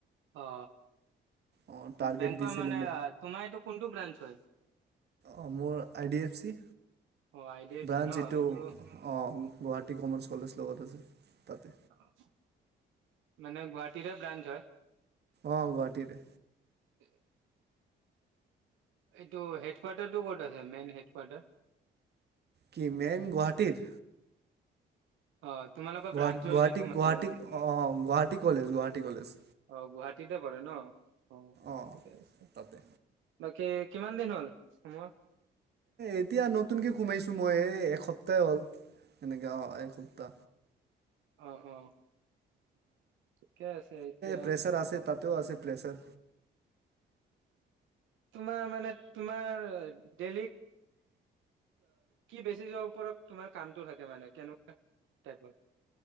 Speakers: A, on the right; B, on the right.
A: অ
B: অ' টাৰ্গেট
A: বেংকৰ
B: দিছিলে
A: মানে তোমাৰ এইটো কোনটো ব্ৰাঞ্চ হয়।
B: অঁ মোৰ আই ডি এফ চি
A: অ' আই ডি এফ
B: ব্ৰাঞ্চ
A: চি ন
B: এইিটো
A: এইটো
B: অঁ গুৱাহাটী কমাৰ্চ কলেজ লগত আছে তাতে।
A: অ মানে গুৱাহাটীৰে ব্ৰাঞ্চ হয়
B: অঁ গুৱাহাটীৰে
A: <unintelligible> এইটো হেড কোৱাৰ্টাৰটো ক'ত আছে মেইন হেড কোৱাৰ্টাৰ
B: কি মেইন গুৱাহাটীৰ
A: অ তোমোক ক
B: গুৱা
A: ব্ৰানঞ্চ হয়
B: গুৱাহাটী
A: যটো মানে
B: গুৱাহাটী অ' গুৱাহাটী কলেজ গুৱাহাটী কলেজ
A: অ গুৱাহাটীতে পৰে ন অঁ ঠিকে
B: অ'
A: আছে
B: তাতে।
A: বাকী কিমান দিন হ'ল সোমোৱা
B: এতিয়া নতুনকে সোমাইছোঁ মই এই এসপ্তাহ হ'ল এনেকাা অ কু্তা
A: অ অ ঠিকে আছে এতিয়া
B: প্ৰেছাৰ আছে তাতেও আছে প্ৰেছাৰ
A: তোমাৰ মানে তোমাৰ ডেইলী কি বেচিছৰ ওপৰত তোমাৰ কামটো থাকে মানে কেনেকুৱা টাইপৰ